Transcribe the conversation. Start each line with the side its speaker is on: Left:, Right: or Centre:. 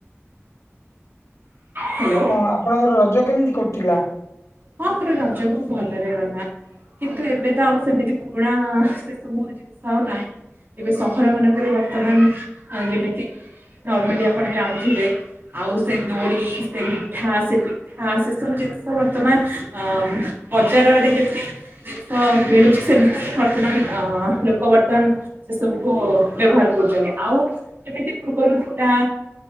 Right: ହ୍ୟାଲୋ।
Left: ହଁ ଆପଣଙ୍କର ରଜ କେମିତି କଟିଲା?
Right: ହଁ ମୋର ରଜ ବହୁତ ଭଲରେ ଗଲା କିନ୍ତୁ ଏବେ ତ ଆଉ ସେମିତି ପୁରୁଣା ସବୁ ଜିନିଷ ଆଉ ନାହିଁ ଏବେ ସହର ମାନଙ୍କରେ ବର୍ତ୍ତମାନ ଯେମିତି ନର୍ମାଲି ଆପଣ ଜାଣୁଥିବେ। ଆଉ ସେ ଦୋଳି ସେ ମିଠା ସେ ପିଠା ସେ ସବୁ ଜିନିଷ ବର୍ତ୍ତମାନ ଅ ବଜାରରେ ଯେମତି ତ ମିଳୁଛି ସେମିତି ବର୍ତ୍ତମାନ ଅ ଲୋକ ବର୍ତ୍ତମାନ ସେ ସବୁକୁ ବ୍ୟବହାର କରୁ ଆଉ ଯେମତି ପୃର୍ବରୁ ଥିଲା